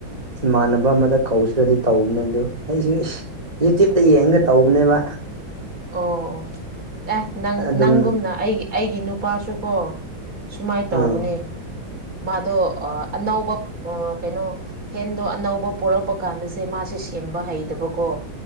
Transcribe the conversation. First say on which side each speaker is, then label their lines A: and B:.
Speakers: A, on the right; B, on the right.
A: ꯏꯃꯥꯅꯥꯕ ꯑꯃꯗ ꯀꯧꯁꯦꯔꯥ ꯗꯤ ꯇꯧꯕꯅꯦ ꯑꯗꯨ ꯑꯩꯁꯨ ꯌꯨꯇ꯭ꯌꯕꯇ ꯌꯦꯡꯉꯒ ꯇꯧꯕꯅꯦꯕ
B: ꯑꯣ ꯑꯣ ꯑꯦꯁ ꯅꯪ
A: ꯑꯗꯨꯝ
B: ꯅꯪꯒꯨꯝꯅ ꯑꯩꯒꯤ ꯑꯩꯒꯤ ꯅꯨꯄꯥꯁꯨꯀꯣ ꯁꯨꯃꯥꯏꯅ ꯇꯧꯕꯅꯦ
A: ꯑꯥ
B: ꯃꯥꯗꯣ ꯑꯅꯧꯕ ꯑꯣ ꯀꯩꯅꯣ ꯐꯦꯟꯗꯣ ꯑꯅꯧꯕ ꯄꯣꯔꯛꯄ ꯀꯥꯟꯗ ꯁꯦ ꯃꯥꯁꯦ ꯁꯦꯝꯕ ꯍꯩꯗꯕ ꯀꯣ